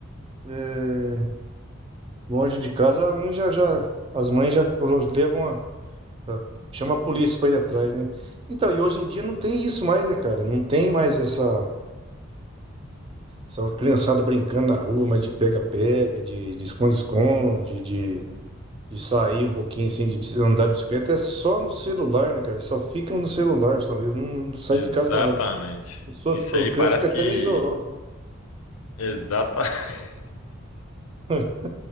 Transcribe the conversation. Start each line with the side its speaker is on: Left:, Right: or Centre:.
Right: é, longe de casa, alguns já, já, as mães já levam a, a- chama a polícia para ir atrás, né? Então, e hoje em dia não tem isso mais, né, cara? Não tem mais essa, essa criançada brincando na rua, mas de pega-pega, de de esconde-esconde, de, de sair um pouquinho assim, de bici- andar de bicicleta. É só no celular, né, cara? Eles só ficam no celular, só mesmo. Não sai
Left: Exatamente.
Right: de casa para nada. A pessoa,
Left: Isso
Right: fica-
Left: aí
Right: a criança
Left: parece
Right: fica até
Left: que,
Right: meio zoroba.
Left: exata, <laughs>
Right: <laughs>